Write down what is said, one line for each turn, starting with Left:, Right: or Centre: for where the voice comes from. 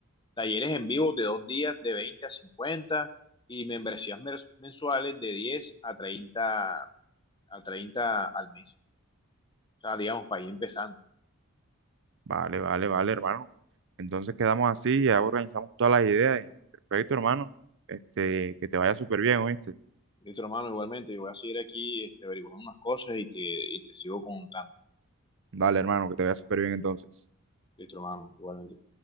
Left: Talleres en vivo de dos días, de 20 a 50 y membresías mensuales de 10 a 30 a 30 al mes. O sea, digamos, para ir empezando.
Right: Vale, vale, vale, hermano. Entonces quedamos así, ya organizamos todas las ideas y perfecto, hermano. Este, que te vaya súper bien, ¿oíste?
Left: Listo, hermano, igualmente, yo voy a seguir aquí este, averiguando unas cosas y te, y te sigo contando.
Right: Dale, hermano, que te vaya súper bien entonces.
Left: Listo, hermano, igualmente.